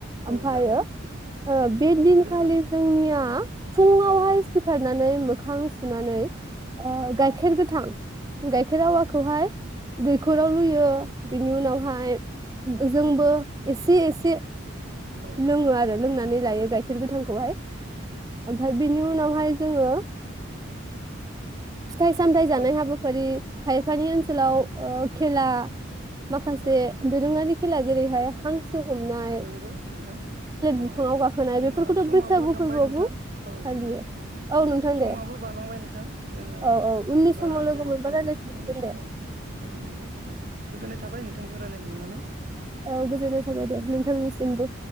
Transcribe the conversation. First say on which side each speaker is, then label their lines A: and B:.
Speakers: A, on the right; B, on the right.
A: औ
B: ओमफायो
A: जागोन
B: बे दिनखालि
A: जोंहा
B: जोंनिया फुङावहाय
A: औ
B: सिखारनानै मो मोखां सुनानै ओ
A: औ
B: गाइखेर गोथां गायखेर आवा खौहाय दैखराव लुयो बेनि उनावहाय जोंबो एसे एसे
A: औ
B: लोङो आरो लोंनानै लायो गाइखेर गोथांखौहाय ओमफाय बेनि उनावहाय जोङो फिथाइ सामथाइ जानाय
A: औ
B: हाबाफारि खायफानि ओनसोलाव ओ खेला माखासे
A: औ
B: दोरोङारि खेला जेरैहाय हांस सो हमनाय
A: नंगौ नोंथां ओ
B: बिफाङाव गाखोनाय
A: जोंहा
B: बेफोरखौथ'
A: समाबो
B: बैसागु
A: थांबाय
B: फोरबोआवबो
A: नोंथां औ
B: फालियो औ नोंथां
A: समाबो
B: दे
A: बारलांबाय नोंथां जोङो
B: औ औ उननि
A: बारा
B: समाव लोगो
A: गोबाव
B: मोनबा
A: खालामला
B: रायलायफिनसिगोन
A: उननि समाव
B: दे
A: लोगो मोनब्ला रायलायगोन गोजोननाय थाबाय नोंथांजों रायज्लायनो मोननानै
B: औ गोजोननाय थाबाय दे नोंथांनिसिमबो